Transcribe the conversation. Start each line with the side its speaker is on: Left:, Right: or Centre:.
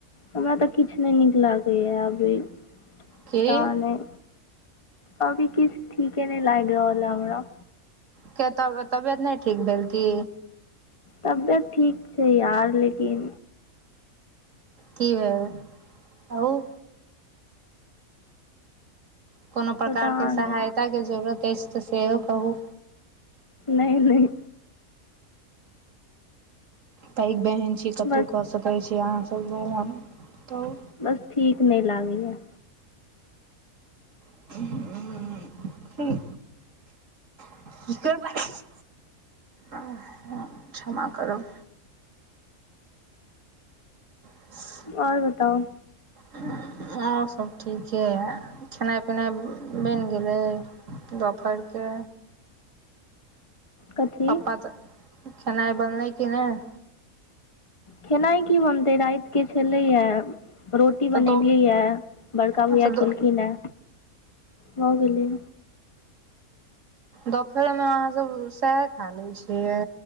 Left: हमरा त किछ नहि नीक लागैए, आब इ पता
Right: की
Left: नहि। अभी किछ ठीके नहि लाइग रहलए हमरा
Right: किया तब तबियत नहि ठीक भेल की
Left: तबियत ठीक छै यार लेकिन
Right: कि भेल कहुं। कोनो प्रकारके
Left: पता नहि
Right: सहायताके जरूरत अछि तऽ सेहो कहूं।
Left: नहि-नहि
Right: पैघ बहन छी कतहु
Left: बस
Right: कऽ सकैत छी, अहाँसब लै बताऊ।
Left: बस ठीक नइ लागय यैं।
Right: <inaudible> हूं <unintelligible> आहां क्षमा करब <unintelligible>
Left: अओर बताउ।
Right: ऐं अओर सभ्ब ठीके यैं खेनाइ-पिनाइ बैन गेलै। दोपहर के।
Left: कथी
Right: पप्पा तऽ, खेनाइ बनलै कि नहि।
Left: खेनाइ की बनतै राइतके छलै यैं। रोटी
Right: तऽ
Left: बनेलियैए,
Right: दो
Left: बड़का
Right: अच्छा
Left: भैया
Right: दो
Left: खेलखिन हैं, भऽ गेलै।
Right: दोपहर मे अहाँ सब सैहै खा ले छियै